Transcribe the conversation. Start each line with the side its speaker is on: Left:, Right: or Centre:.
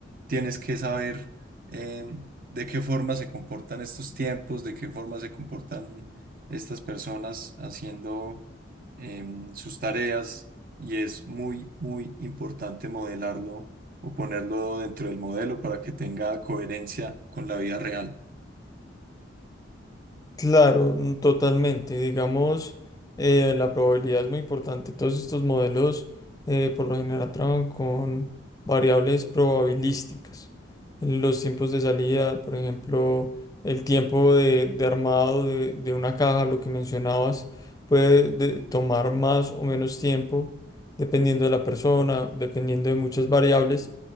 Right: tienes que saber eh, de qué forma se comportan estos tiempos, de qué forma se comportan estas personas haciendo em, sus tareas, y es muy, muy importante modelarlo o ponerlo dentro del modelo para que tenga coherencia con la vida real.
Left: Claro, mm, totalmente. Digamos, eh, la probabilidad es muy importante. Todos estos modelos eh, por lo general trabajan con variables probabilísticas. Los tiempos de salida, por ejemplo, el tiempo de, de armado de, de una caja, lo que mencionabas, puede de- tomar más o menos tiempo dependiendo de la persona, dependiendo de muchas variables.